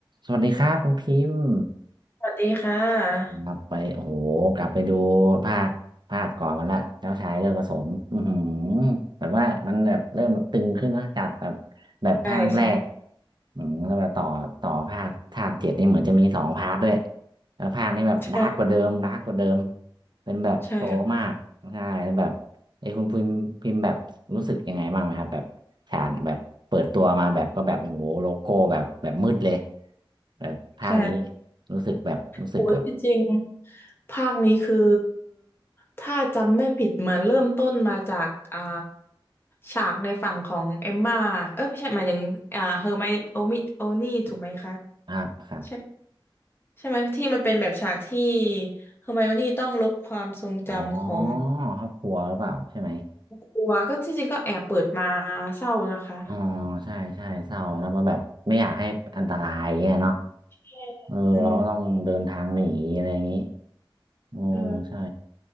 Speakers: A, on the right; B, on the left.
A: สวัสดีครับคุณพิมพ์
B: สวัสดีค่ะ
A: กลับไปโอ้โหกลับไปดูภาคภาคก่อนมันละเจ้าชายเริ่มผสมอือหือแบบว่ามันแบบเริ่มแบบตึงขึ้นนะจากแบบแบบภาคแรกๆอืมแล้วมาต่อต่อภาคภาคเจ็ดนี่เหมือนจะมีสองพาร์ทด้วย
B: ใช่ใช่
A: แล้วภาคนี้แบบดาร์กกว่าเดิมดาร์กกว่าเดิม
B: ใช่
A: เป็นแบบโตมากใช่แล้วแบบไอ้คุณพิมพ์พิมพ์แบบรู้สึกยังไงบ้างไหมครับแบบฉากแบบเปิดตัวมาแบบก็แบบโอ้โหโลโก้แบบแบบมืดเลย
B: ใช่ค่ะ
A: แบบภาคนี้
B: ใช่
A: รู้สึกแบบรู้สึกแบบ
B: โอ้ยจริงๆภาคนี้คือถ้าจำไม่ผิดเหมือนเริ่มต้นมาจากอ่าฉากในฝั่งของเอมม่าเออไม่ใช่หมายถึงอ่าเฮอร์ไมโอมิโอนี่ถูกไหมคะ
A: ครับครับ
B: ใช่ใช่ไหมที่มันเป็นแบบฉากที่เฮอร์ไมโอนี่ต้องลบความทรงจำของ
A: อ๋อครอบครัวหรือเปล่าใช่ไหม
B: ครัวก็ที่จริงก็แอบเปิดมาเศร้านะคะ
A: อ๋อใช่ใช่เศร้าแล้วก็แบบไม่อยากให้อันตรายแย่เนาะ
B: ใช่
A: เออ
B: มัน
A: เราก็ต้องเดินทางหนีอะไรอย่างนี้โอ้
B: เออ
A: ใช่